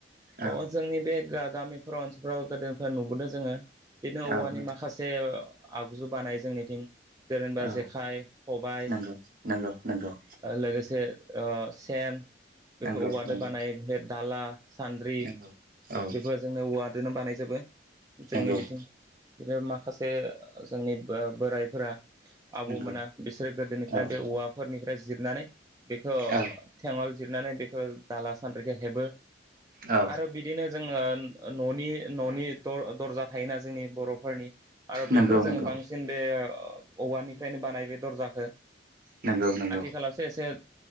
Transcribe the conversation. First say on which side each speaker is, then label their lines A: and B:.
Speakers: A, on the right; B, on the right.
A: औ
B: अ जोंनि बे गा गामिफोराव ओनस- फ्राव गोदोनिफ्राय नुबोदों जोङो बिदिनो औवानि
A: औ नोंथां
B: माखासे आगजु बानायो जोंनिथिं जेरै होनबा
A: औ
B: जेखाइ खबाइ
A: नंगौ नंगौ नंगौ
B: लोगोसे ओ सेन बेफोर
A: नंगौ
B: औवादो
A: नंगौ
B: बानायो ओमफ्राय दाला सान्द्रि
A: नंगौ औ
B: बेफोरा जोंनो औवादोनो बानायजोबो जोंनि
A: नंगौ
B: बिथिं एबा माखासे ओ जोंनि बोरायफोरा आबौमोना
A: नंगौ
B: बिसोरो गोदोनिफ्राय
A: औ
B: बे औवाफोरनिफ्राय जिरनानै बेखौ
A: औ
B: थेंङल जिरनानै बेखो दाला सान्द्रिखो हेबो
A: औ
B: आरो बिदिनो जोङो न'नि न'नि द दरजा थायोना जोंनि बर'फोरनि आरो बेफोर
A: नंगौ
B: जोङो
A: नंगौ
B: बांसिन बे ओ औवानिफ्रायनो बानायो बे दरजाखौ
A: नंगौ नंगौ
B: आथिखालावसो एसे